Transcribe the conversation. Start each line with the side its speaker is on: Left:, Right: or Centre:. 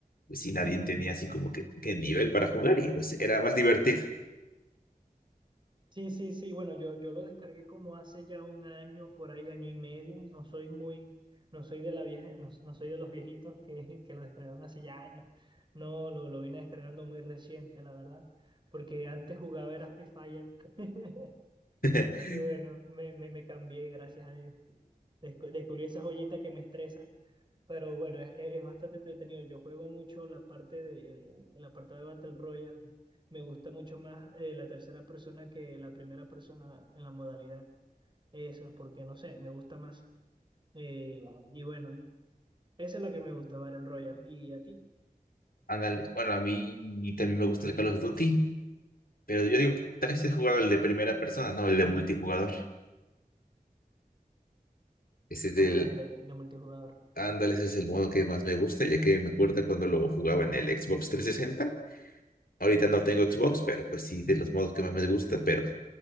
Left: Pues sí, nadie tenía así como que, que nivel para jugar y pues era más divertido.
Right: Sí, sí, sí, bueno, yo, yo lo descargué como hace ya un año, por ahí año y medio. No soy muy, no soy de la vieja, no, no soy de los viejitos que, que lo descargaron hace ya años. No, lo, lo vine descargando muy reciente, la verdad. Porque antes jugaba era Free Fire. <laughs>
Left: <laughs>
Right: Y bueno, me, me, me cambié, gracias a Dios. Descu- descubrí esa joyita que me estresa. Pero bueno, es, es bastante entretenido. Yo juego mucho la parte de el, el apartado de Battle Royale. Me gusta mucho más eh, la tercera persona que la primera persona en la modalidad esa, porque no sé, me gusta más. Eh, y bueno, esa es la que me gusta, Battle Royale. ¿Y a ti?
Left: Ándale, bueno, a mí también me gusta el Call of Duty, pero yo digo, tal vez es jugar el de primera persona, no el de multijugador. Ese es
Right: Ajá,
Left: el,
Right: el de, el de multijugador.
Left: Ándale, ese es el modo que más me gusta, ya que me acuerdo cuando lo jugaba en el Xbox 360. Ahorita no tengo Xbox, pero pues sí, de los modos que más me gusta. Pero